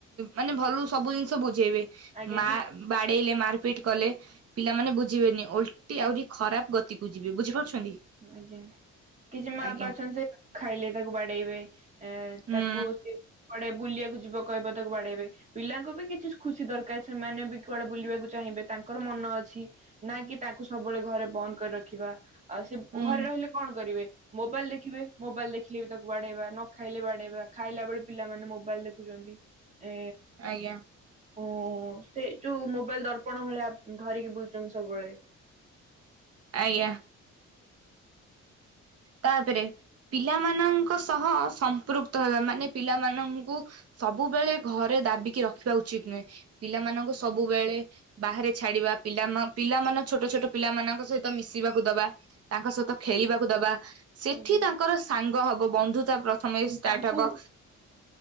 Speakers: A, on the right; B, on the right.
A: ମାନେ ଭଲକୁ ସବୁ ଜିନିଷ ବୁଝେଇବେ
B: ଆଜ୍ଞା
A: ମା
B: କିଛି
A: ବାଡେଇଲେ ମାରପିଟ କଲେ ପିଲାମାନେ ବୁଝିବେନି ଓଲଟି ଆହୁରି ଖରାପ ଗତିକୁ ଯିବେ ବୁଝିପାରୁଛନ୍ତି
B: ଆଜ୍ଞା କିଛି ମା
A: ଆଜ୍ଞା
B: ବାପା ଅଛନ୍ତି ସେ ନଖାଇଲେ ତାକୁ ବାଡେଇବେ ଏ
A: ହୁଁ
B: ତାକୁ ସେ କୁଆଡେ ବୁଲିବାକୁ ଯିବ କହିବ ତାକୁ ବାଡେଇବେ ପିଲାଙ୍କୁ ବି କିଛି ଖୁସି ଦରକାର ସେମାନେ ବି କୁଆଡେ ବୁଲିବାକୁ ଚାହିଁବେ ତାଙ୍କର ମନ ଅଛି ନା କି ତାଙ୍କୁ ସବୁବେଳେ ଘରେ ବନ୍ଦ କରି ରଖିବା ଆଉ ସେ
A: ହୁଁ
B: ଘରେ ରହିଲେ କଣ କରିବେ ମୋବାଇଲ ଦେଖିବେ ମୋବାଇଲ ଦେଖିଲେ ବି ତାକୁ ବାଡେଇବା ନ ଖାଇଲେ ବାଡେଇବା ଖାଇଲା ବେଳେ ପିଲାମାନେ ମୋବାଇଲ ଦେଖୁଛନ୍ତି ଏ
A: ଆଜ୍ଞା
B: ଓ ସେଇ ଯୋଉ ମୋବାଇଲ ଦର୍ପଣ ଭଳିଆ ଧରିକି ବୁଲୁଛନ୍ତି ସବୁବେଳେ
A: ଆଜ୍ଞା ତାପରେ ପିଲାମାନଙ୍କ ସହ ସମ୍ପୃକ୍ତ ହେବା ମାନେ ପିଲାମାନଙ୍କୁ ସବୁବେଳେ ଘରେ ଦାବିକି ରଖିବା ଉଚିତ ନୁହେଁ ପିଲାମାନଙ୍କୁ ସବୁବେଳେ ବାହାରେ ଛାଡିବା ପିଲାମ ପିଲାମାନେ ଛୋଟ ଛୋଟ ପିଲାମାନଙ୍କ ସହିତ ମିଶିବାକୁ ଦବା ତାଙ୍କ ସହିତ ଖେଳିବାକୁ ଦବା ସେଠି
B: ଆଜ୍ଞା।
A: ତାଙ୍କର ସାଙ୍ଗ ହବ ବନ୍ଧୁତା ପ୍ରଥମେ ଷ୍ଟାର୍ଟ
B: ତାଙ୍କୁ
A: ହବ